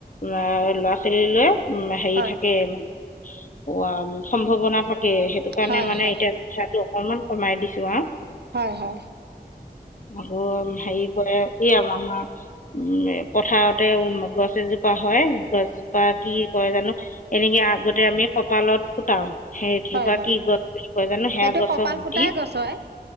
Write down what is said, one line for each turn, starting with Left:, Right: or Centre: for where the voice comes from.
Left: ল'ৰা ছোৱালীলৈ উম হেৰি
Right: হয়।
Left: থাকে মান, অ সম্ভাৱনা থাকে। কে, সেইটো কাৰণে
Right: হয়
Left: মানে
Right: হয়
Left: এতিয়া মিঠাটো অকনমান কমাই দিছো আও।
Right: হয়, হয়।
Left: আকৌ হেৰি কৰে, এই আৰু আমাৰ উম পথাৰতে উ গছ এজোপা হয়। গছজোপা কি কয় জানো এনেকে আগতে আমি কঁপালত ফুটাও। সেইজোপা
Right: হয় হয়
Left: কি গছ কয় জানো সেই
Right: সেইটো
Left: গছজোপা
Right: কপাল
Left: গুটি,
Right: ফুটাই গছ হয়।